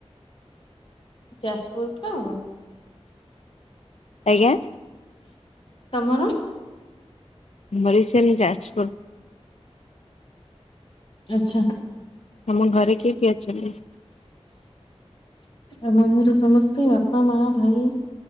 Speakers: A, on the left (about 50°); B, on the left (about 80°).
A: ଯାଜପୁର ତ <inaudible>
B: ଆଜ୍ଞା।
A: ତମର?
B: ଭୁରିଷମ ଯାଜପୁର। <inaudible>
A: ଆଚ୍ଛା।
B: ତମ ଘରେ କିଏ କି ଅଛନ୍ତି? <inaudible>
A: ଆମ ଘରେ ସମସ୍ତେ ବାପା, ମା, ଭାଇ,